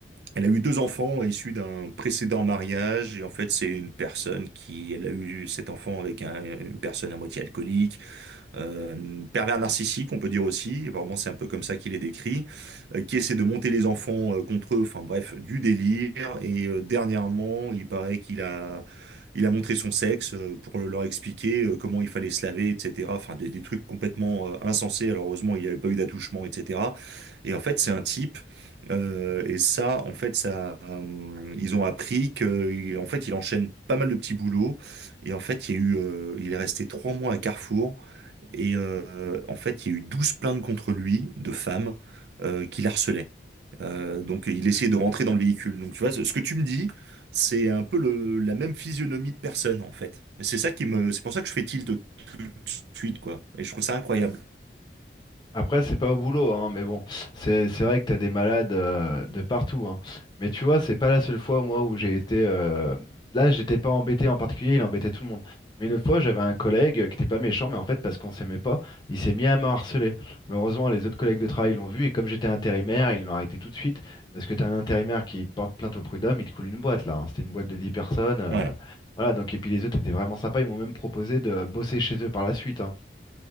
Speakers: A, on the right (about 70°); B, on the left (about 25°).
A: elle a eu deux enfants issus d'un précédent mariage et en fait, c'est une personne qui, elle a eu cet enfant avec un- une personne à moitié alcoolique euh, pervers narcissique, on peut dire aussi, vraiment c'est un peu comme ça qu'il est décrit, euh, qui essaie de monter les enfants euh, contre eux, enfin bref, du délire. Et euh, dernièrement, il paraît qu'il a, il a montré son sexe euh, pour leur expliquer euh, comment il fallait se laver, etc. Enfin des, des trucs complètement euh, insensés. Alors heureusement, il n'y avait pas eu d'attouchement, etc. Et en fait, c'est un type. Euh, et ça, en fait, ça, euh, ils ont appris que, en fait, il enchaîne pas mal de petits boulots. Et en fait, il y a eu, euh, il est resté trois mois à Carrefour et euh, en fait, il y a eu 12 plaintes contre lui de femmes euh, qui l'harcelaient. Euh, donc, il essayait de rentrer dans le véhicule. Donc, tu vois, ce ce que tu me dis, c'est un peu le- la même physionomie de personne, en fait. Et C'est ça qui me, c'est pour ça que je fais tilt tout de suite, quoi. Et je trouve ça incroyable.
B: Après, c'est pas au boulot, hein, mais bon, c'est c'est vrai que t'as des malades euh, de partout, hein. Mais tu vois, c'est pas la seule fois, moi, où j'ai été. euh, Là, j'étais pas embêté en particulier, il embêtait tout le monde. Mais une autre fois, j'avais un collègue qui était pas méchant, mais en fait, parce qu'on s'aimait pas, il s'est mis à me harceler. Mais heureusement, les autres collègues de travail l'ont vu, et comme j'étais intérimaire, ils l'ont arrêté tout de suite. Parce que t'as un intérimaire qui te porte plainte au prud'homme, il te coule une boîte, là. hein. C'était une boîte de 10 personnes. euh,
A: Ouais.
B: Voilà, donc, et puis les autres étaient vraiment sympas, ils m'ont même proposé de bosser chez eux par la suite. hein.